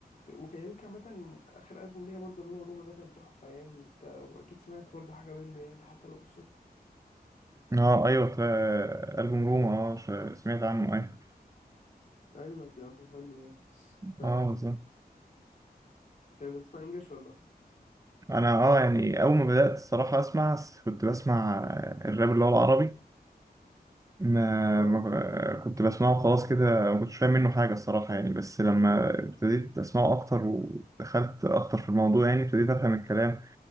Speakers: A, on the left (about 50°); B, on the right (about 20°).
A: وكايروكي عامة آخر ألبوم ليها برضه اللي هو روما ده كان تحفة يعني أنت لو أكيد سمعت برضه حاجة منه يعني حتى لو بالصدفة
B: اه ايوه طيب. البوم روما اه ش- سمعت عنه ايه
A: أيوة ده ألبوم حلو يعني ف
B: اه بالظبط
A: طب أنت بتسمع إنجلش ولا؟
B: انا اه يعني اول ما بدات الصراحه اسمع كنت بسمع آه، الراب اللي هو العربي ما
A: آه
B: ما ب- كنت بسمعه خلاص كده ما كنتش فاهم منه حاجة الصراحة يعني بس لما ابتديت أسمعه أكتر ودخلت أكتر في الموضوع يعني ابتديت أفهم الكلام